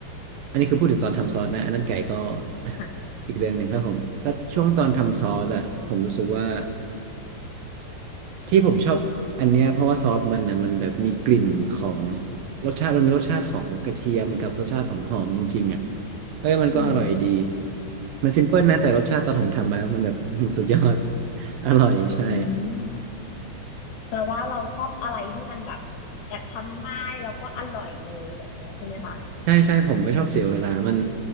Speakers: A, on the right; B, on the left.
A: อันนี้คือพูดถึงตอนทำซอสนะอันนั้นไก่ก็ <laughs>
B: ค่ะ
A: อีกเรื่องหนึ่งครับผมแล้วช่วงตอนทำซอสอะผมรู้สึกว่า ที่ผมชอบอันเนี้ยเพราะว่าซอสมันนะมันแบบมีกลิ่นของรสชาติมันมีรสชาติของกระเทียมกับรสชาติของหอมจริงๆอ่ะเออมันก็อร่อยดี
B: อืม
A: มันซิมเพิลนะแต่รสชาติตอนผมทำมาแล้วมันแบบอื้อหือสุดยอด <laughs> อร่อยใช่
B: อืมแปลว่าเราชอบอะไรที่มันแบบแอบทำง่ายแล้วก็อร่อยเลยแบบเนี้ยใช่ไหมคะ
A: ใช่ใช่ผมไม่ชอบเสียเวลามัน